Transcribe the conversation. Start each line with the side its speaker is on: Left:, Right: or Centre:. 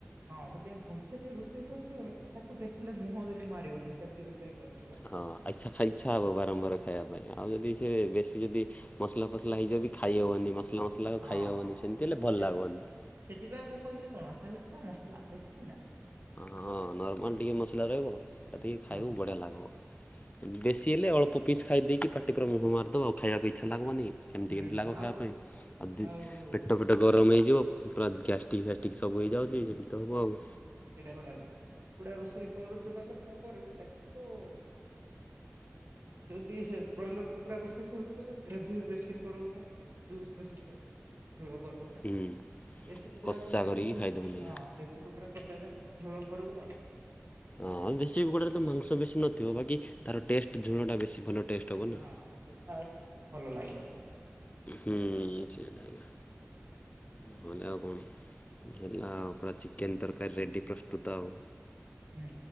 Right: ହଁ ସେଥିପାଇଁ ଭଲସେ ଟିକେ ରୋଷେଇ କରୁଥିବ ବୋଲେ ତାକୁ ଦେଖିଲେ ମୁହଁ ଯଦି ମାରିବନି ସେମିତି ରୋଷେଇ କରି
Left: ହଁ ଆଇଛା ଖାଇଚ୍ଛା ହବ ବାର ମ୍ବାର ଖାଇଆ ପାଇଁ ଆଉ ଯଦି ସେ ବେଶୀ ଯଦି ମସଲା ଫସଲା ହେଇଯିବ ବି ଖାଇହବନି ମସଲା ମସଲା
Right: ହଁ
Left: ଖାଇହବନି ସେମିତି ହେଲେ ଭଲ
Right: ସେ
Left: ଲାଗୁବନି।
Right: ସେଥିପାଇଁ ମୁଁ କଇଲି କଣ ହାଲକା ମସଲା ବେଶୀ ନାଇଁ।
Left: ହଁ ନର୍ମାଲ ଟିକେ ମସଲା ରହିବ ସେତିକି
Right: ହଁ
Left: ଖାଇବୁ ବଢ଼ିଆ ଲାଗିବ। ବେଶୀ ହେଲେ ଅଳ୍ପ ପିସ୍ ଖାଇ ଦେଇକି ପାଟି ପୁରା ମୁହଁ ମାରିଦବ ଆଉ ଖାଇଆକୁ ଇଚ୍ଛା ଲାଗବନି। କେମିତି
Right: ହୁଁ
Left: କେମିତି ଲାଗିବ
Right: ଆଉ
Left: ଖାଇଆ ପାଇଁ ଆଉ ଦି
Right: ଆଉ
Left: ପେଟ୍ ପେଟ ଫେଟ ଗରମ ହେଇଯିବ ପୁରା ଗ୍ୟାଷ୍ଟିକ୍ ଫ୍ୟାଷ୍ଟିକ୍ ସବୁ ହେଇଯାଉଚି ସେମିତି ତ ହବ ଆଉ।
Right: ସେଟା ବ ରାଇ କୁକୁଡା ରୋଷେଇ କରୁଥୁବ ହେଲେ କଣ କରିବୁ? ସେଇଟାକୁ ଯଦି ସେ ବଏଲର୍ କୁକୁଡ଼ା ରୋଷେଇ କରୁଥିବ ହେଲେ ଗ୍ରେଭି ବେଶୀ କରିବୁନାଇଁ। ଜୁସ୍ ବେଶୀ କରୁନାହି ଝୋଳ କରୁନା
Left: ହୁଁ
Right: ଦେଶୀ କୁକୁଡା
Left: କଷା
Right: କଲେ
Left: କରିକି
Right: ଏକା ଝୋଳ
Left: ଖାଇଦବୁ ନେଇକି।
Right: ଦେଶୀ କୁକୁଡ଼ା କରିଲେ ଏକା ଝୋଳ କରିବୁ ଆଉ।
Left: ହଁ ଦେଶୀ କୁକୁଡ଼ା ର ତ ମାଂସ ବେଶୀ ନଥିବ ବାକି ତାର ଟେଷ୍ଟ ଝୋଳ ଟା ବେଶୀ ଭଲ ଟେଷ୍ଟ। ହେବ ନା।
Right: ହଁ ହଁ ସେଟା ଆହୁରି ଭଲ ଲାଗିବ।
Left: ହୁଁ ସେଇଟା ଏକା। ବୋଲେ ଆଉ କଣ ହେଲା ଆଉ ପୁରା ଚିକେନ୍‌ ତରକାରୀ ରେଡ଼ି ପ୍ରସ୍ତୁତ ଆଉ।
Right: ହୁଁ।